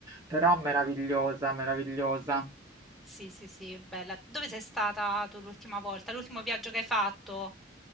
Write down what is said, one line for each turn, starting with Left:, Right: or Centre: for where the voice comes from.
Right: però meravigliosa, meravigliosa.
Centre: Sì, sì, sì, bella. Dove sei stata tu l'ultima volta? L'ultimo viaggio che hai fatto?